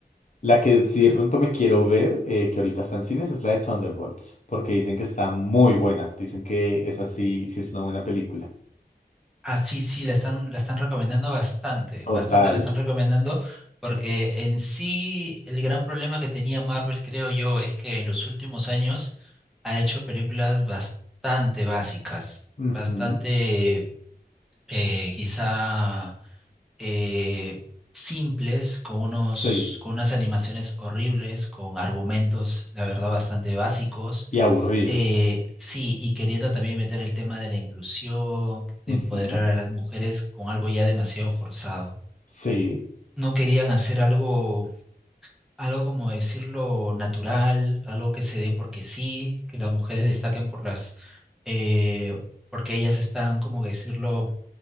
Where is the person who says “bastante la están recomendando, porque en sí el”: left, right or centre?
Centre